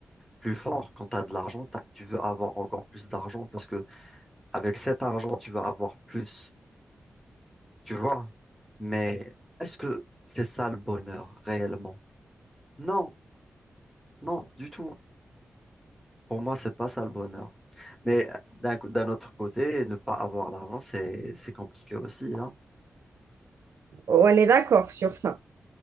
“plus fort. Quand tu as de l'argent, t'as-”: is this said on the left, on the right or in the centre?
Centre